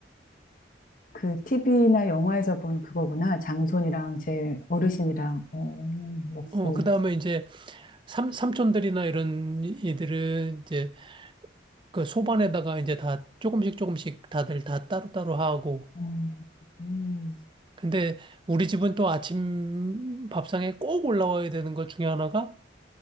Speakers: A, on the left; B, on the right.
A: 그, TV나 영화에서 본 그거구나. 장손이랑 제 어르신이랑, 어, 먹고.
B: 어, 그 다음에 이제 삼, 삼촌들이나 이런 이들은 이제 그 소반에다가 이제 다 조금씩 조금씩 다들 다 따로따로 하고.
A: 어, 음.
B: 근데 우리 집은 또 아침 밥상에 꼭 올라와야 되는 것 중에 하나가